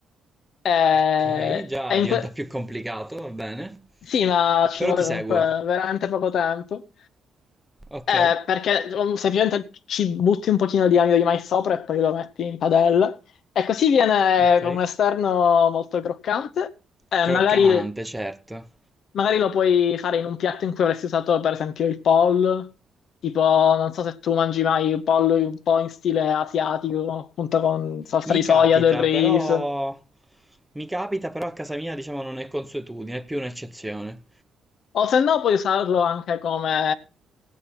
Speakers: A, on the left; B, in the centre.
A: E-
B: Ok, già
A: e
B: diventa
A: in que-
B: più complicato, va bene.
A: sì, ma ci
B: Però
A: vuole
B: ti seguo.
A: comunque veramente poco tempo.
B: Ok,
A: Eh, perché um, semplicemente ci butti un pochino di amido di mais sopra e poi lo metti in padella. E così viene
B: ok.
A: con un esterno molto croccante. Eh,
B: Croccante,
A: magari,
B: certo.
A: magari lo puoi fare in un piatto in cui avresti usato, per esempio, il pollo. Tipo, non so se tu mangi mai il pollo un po' in stile asiatico, appunto con salsa
B: Mi
A: di soia,
B: capita,
A: del riso.
B: però... Mi capita, però a casa mia, diciamo, non è consuetudine, è più un'eccezione.
A: O se no puoi usarlo anche come